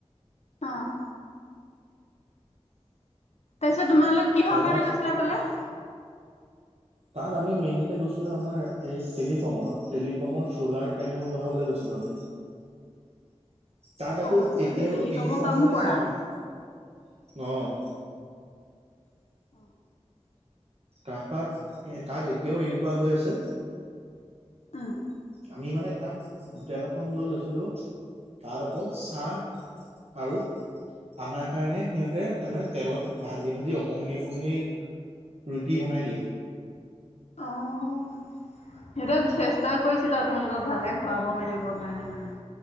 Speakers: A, on the left; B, on the right.
A: অ'। তাৰপিছত তোমালোক কিহৰ
B: তাৰপা
A: কাৰণে গৈছিলা তালৈ?
B: তাত আমি মেইনকে গৈছিলোঁ, আমাৰ এই টেলিকমৰ, টেলিকমৰ চলাৰ পেনেল বঢ়াবলৈ গৈছিলোঁ আমি।
A: <inaudible>
B: তাত আকৌ
A: অ তোমালোকে
B: এতিয়াও
A: টেলিকমৰ
B: এনেকুৱা
A: কামো
B: হৈ আছে,
A: কৰা
B: আম অ'।
A: <inaudible>
B: তাৰপাৰ, এ তাত এতিয়াও এনেকুৱা হৈ আছে
A: উম
B: আমি মানে তাত, হোটেল এখন লৈ লৈছিলোঁ, তাত অকল চাহ আৰু, আমাৰ কাৰণে সিহঁতে তাৰমানে তেলত ভাজি, ভাজি অকমানি, অকমানি ৰুটি বনাই দিয়ে।
A: অ'। সিহঁতে চেষ্টা কৰিছিলে আৰু তোমালোকক ভালকে খুৱাব মেলিবৰ কাৰণে মানে।